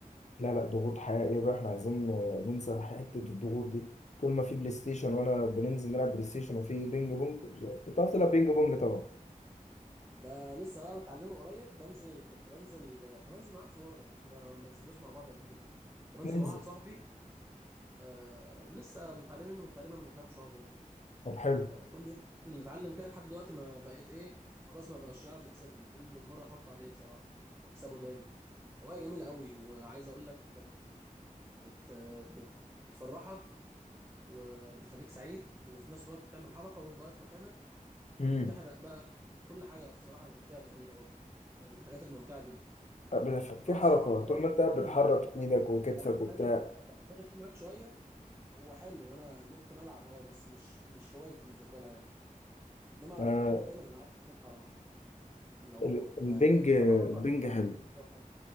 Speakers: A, on the left; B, on the right.
A: لا لا ضغوط حقيقية بقى احنا عايزين آه، ننسى حتة الضغوط دي طول ما في بلاي ستيشن وانا بننزل نلعب بلاي ستيشن وفي بينج بونج بتعرف تلعب بينج بونج طبعا
B: ده لسه بقى متعلمه قريب بنزل كنت بنزل انا هنزل معاك في مره احنا ما نزلناش مع بعض قبل كده كنت بنزل
A: ننزل
B: مع واحد صاحبي آه لسه متعلمين منه تقريبا من كام شهر يعني
A: طب حلو
B: آه كل يوم ننزل نتعلم كده لحد دلوقتي ما بقيت ايه خلاص ما بقاش يعرف يكسبني كل مره احط عليه بصراحه واكسبه دايما هوايه جميله قوي وعايز اقول لك بت بت بتفرحك وبتخليك سعيد وفي نفس الوقت بتعمل حركه وانت واقف مكانك وبتحرق
A: مم.
B: بقى كل حاجه بصراحه فيها جميله برضه من الحاجات الممتعه جدا
A: بت- في
B: انا
A: حركة
B: بصراحه موضوع
A: طول
B: البلايستيشن
A: ما انت قاعد بتحرك
B: ده
A: ايدك وكتفك
B: بختلف
A: وبتاع
B: بختلف فيه معاك شويه هو حلو انا ممكن العب اه بس مش مش هوايتي المفضله يعني انما
A: آه،
B: بحب دايما العاب اللي فيها حركه لو
A: ال- البنج
B: كهوايات
A: البنج
B: فيها حركه لا، بحب
A: حلو
B: الحاجات اللي فيها حركه